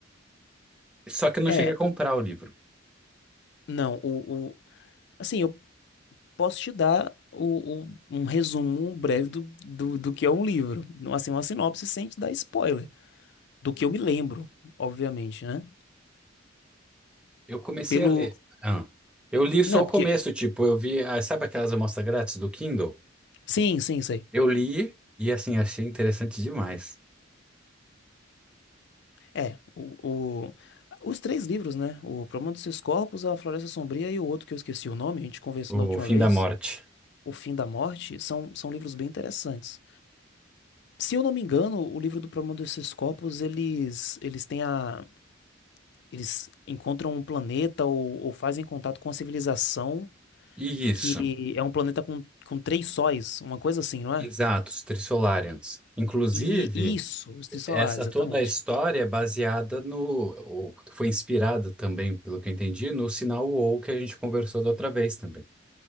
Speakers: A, in the centre; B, on the left.
A: Só que eu não
B: É,
A: cheguei a comprar o livro.
B: não, o, o, assim, eu Posso te dar o, o- um resumo breve do, do, do que é um livro. Assim, uma sinopse sem te dar spoiler. Do que eu me lembro, obviamente, né?
A: Eu comecei
B: Pelo.
A: a ler. Ah. Eu li só
B: Né,
A: o
B: porque.
A: começo, tipo, eu vi, ah, sabe aquelas amostras grátis do Kindle?
B: Sim, sim, sei.
A: Eu li e assim achei interessante demais.
B: É, o, o- os três livros, né? O Problema dos Seus Corpos, A Floresta Sombria e o outro que eu esqueci o nome, a gente conversou
A: O
B: na última
A: Fim
B: vez,
A: da Morte.
B: O Fim da Morte, são, são livros bem interessantes. Se eu não me engano, o livro do Problema dos Seus Corpos, eles, eles têm a Eles encontram um planeta ou, ou fazem contato com uma civilização
A: Isso.
B: que é um planeta com, com três sóis, uma coisa assim, não é?
A: Exato, os Trissolarians. Inclusive,
B: E isso, os trissolares,
A: essa toda
B: exatamente.
A: a história é baseada no, ou foi inspirada também, pelo que eu entendi, no sinal WoW que a gente conversou da outra vez também.